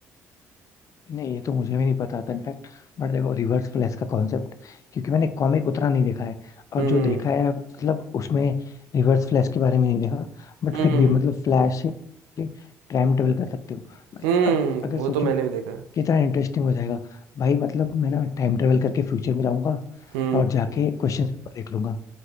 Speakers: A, on the left; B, on the right.
A: नहीं ये तो मुझे भी नहीं पता था इनफैक्ट बट देखो रिवर्स फ्लैश का कॉन्सेप्ट क्योंकि मैंने कॉमिक उतना नहीं देखा है और
B: हम्म
A: जो देखा है मतलब उसमें रिवर्स फ्लैश के बारे में नहीं देखा बट
B: हम्म
A: फिर
B: हम्म
A: भी मतलब फ्लैश से टाइम ट्रेवल कर सकते हो मतलब
B: हम्म,
A: अगर अगर
B: वो
A: सोचो
B: तो मैंने
A: ना
B: भी देखा है
A: कितना इंटरेस्टिंग हो जाएगा भाई मतलब मैं ना टाइम ट्रेवल करके फ्यूचर में जाऊंगा
B: हम्म
A: और जाके क्वेश्चन पेपर देख लूंगा